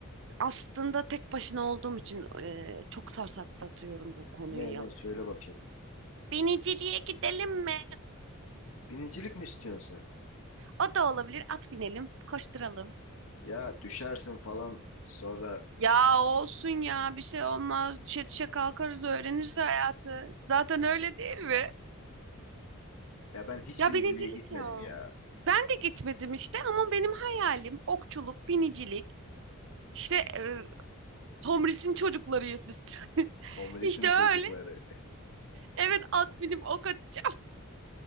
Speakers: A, on the right; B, on the left.
A: aslında tek başına olduğum için e, çok sarsaklatıyorum bu konuyu
B: Ne
A: ya.
B: ne söyle bakayım.
A: Biniciliğe gidelim mi?
B: Binicilik mi istiyorsun
A: O da olabilir. At binelim, koşturalım.
B: Ya düşersin falan sonra
A: Ya olsun ya bir şey olmaz. Düşe düşe kalkarız öğreniriz hayatı. Zaten öyle değil mi?
B: ya ben hiç
A: Ya
B: biniciliğe
A: binicilik
B: gitmedim
A: ya.
B: ya.
A: Ben de gitmedim işte ama benim hayalim okçuluk, binicilik. İşte e, Tomris'in çocuklarıyız biz. <laughs>
B: Tom
A: İşte öyle.
B: çocukları.
A: Evet at binip ok atacağım.